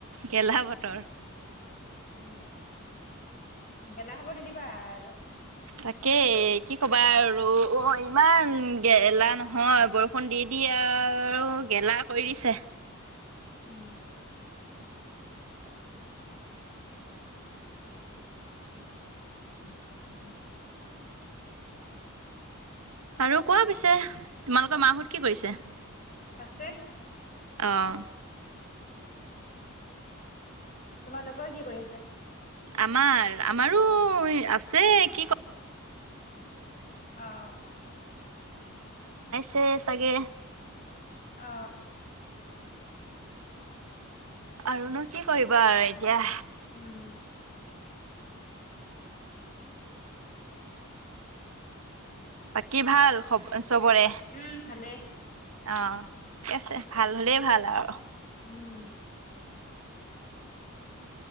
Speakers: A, on the right; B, on the left.
A: গেলাহ বতৰ।
B: উম গেলা হব নিদিবা আৰু।
A: তাকে কি কবা আৰু অ ইমান গেলা নহয় বৰষুণ দি দিয়ে। য়া আৰু গেলা কৰি দিছে।
B: উম। <inaudible>
A: আৰু কোৱা পিছে তোমালোকৰ মাহত কি কৰিছে?
B: আছে।
A: অহ।
B: তোমালোকৰ কি কৰি আছে?
A: আমাৰ আমাৰো আছে কি ক
B: অহ।
A: যে চাগে
B: অ
A: আৰুনো কি কৰিবা আৰু এতিয়া
B: উম
A: বাকী ভাল চবৰে
B: উম, ভালেই
A: অ ঠিকে আছে ভাল হলে ভাল আৰু
B: উম,